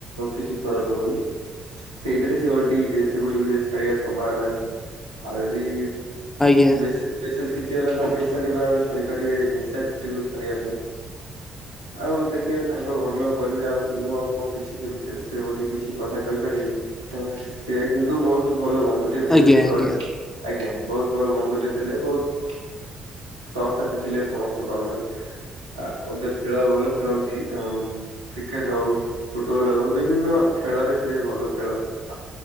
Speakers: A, on the right (about 85°); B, on the left (about 15°).
A: କିଛି ଖରାପ ହବନି। ସେଇଥିରେ ସେ ଓଲଟି ସେଗୁଡିକୁ ଯଦି ଛାଡିବାର ସମ୍ଭାବନା ଅଛି ଆଉ ଯଦି।
B: ଆଜ୍ଞା
A: ବେଶି ବିଶେଷ କିଛି ହେଲା ତ ନିଶା ନିବାରଣ ଛାଡି ପାରିବେ ନିଶାଟିକୁୁ ଛଡେଇବା ପାଇଁ ଆଉ ଦେଖିବେ ତାଙ୍କ ଘର ଲୋକ କରିବେ ଆଉ ମୁଁ ଆଉ କଣ କିଛି ସେ ବିଶେଷ ସେପରି କିଛି କଥା କହିପାରିବି ତ ସେ କିନ୍ତୁ ବହୁତ ଭଲ ବନ୍ଧୁ। ଟିଏ ଥିଲି
B: ଆଜ୍ଞା
A: ଛୋଟବେଳେ
B: ଆଜ୍ଞା।
A: ଆଜ୍ଞା ବହୁତ ଭଲ ବନ୍ଧୁଟିଏ ଥିଲେ ବହୁତ ସହସାଥି ଥିଲେ ସମସ୍ତ କର୍ମରେ। ଆ ମଧ୍ୟ ଖେଳ ଭଲ ଖେଳନ୍ତି କ୍ରିକେଟ ହଉ ଫୁଟବଲ ହଉ। ବିଭିନ୍ନ ଖେଳରେ ସିଏ ଭଲ ଖେଳନ୍ତି।